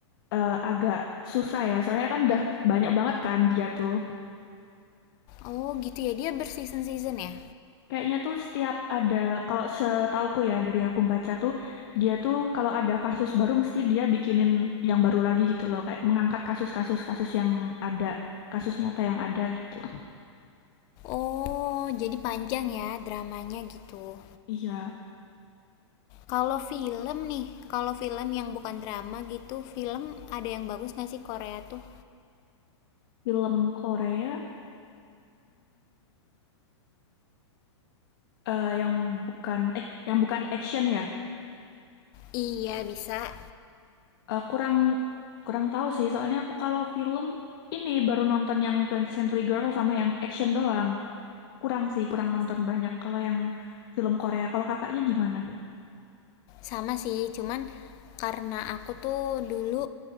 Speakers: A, on the left; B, on the left.
A: eh, agak susah ya. Soalnya kan udah banyak banget kan dia tuh.
B: Oh gitu ya, dia berseason-season ya?
A: Kayaknya tuh setiap ada kalau setauku ya dari aku baca tuh dia tuh kalau ada kasus baru mesti dia bikinin yang baru lagi gitu loh. Kayak mengangkat kasus-kasus kasus yang ada kasus nyata yang ada gitu.
B: Oh, jadi panjang ya dramanya gitu.
A: Iya,
B: Kalau film nih, kalau film yang bukan drama gitu, film ada yang bagus nggak sih Korea tuh?
A: film Korea. eh yang bukan eh yang bukan action ya.
B: Iya bisa,
A: Eh, kurang kurang tahu sih soalnya aku kalau film ini baru nonton yang 20 Century Girl sama yang action doang. Kurang sih, kurang nonton banyak kalau yang film Korea. Kalau kakaknya gimana?
B: Sama sih, cuman karena aku tuh dulu